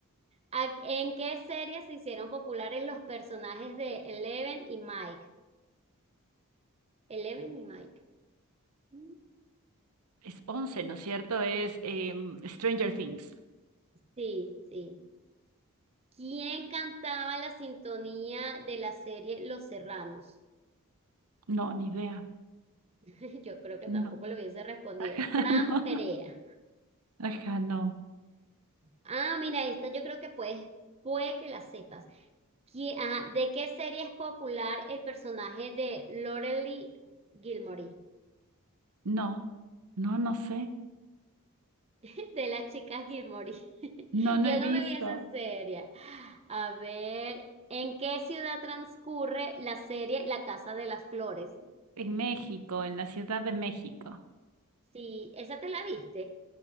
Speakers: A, on the right; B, on the right.
A: ¿A- ¿En qué serie se hicieron populares los personajes de Eleven y Mike? Eleven y Mike. Mm,
B: Es 11, ¿no es cierto? Es em, Stranger Things.
A: Sí, sí. ¿Quién cantaba la sintonía de la serie Los Serranos?
B: No, ni idea.
A: <laughs> Yo creo que
B: No.
A: tampoco lo hubiese respondido.
B: Ajá,
A: Fran
B: <laughs> no.
A: Perea.
B: Ajá, no.
A: Ah, mira, esta yo creo que puedes, puede que la sepas. ¿Qui- ah, ¿de qué serie es popular el personaje de Lorelai Gilmore?
B: No. No, no sé.
A: <laughs> de las chicas Gilmore. <laughs>
B: No,
A: Yo
B: no he
A: no
B: visto.
A: me vi esa serie. A ver, ¿en qué ciudad transcurre la serie La Casa de las Flores?
B: En México, en la Ciudad de México.
A: Sí, esa te la viste.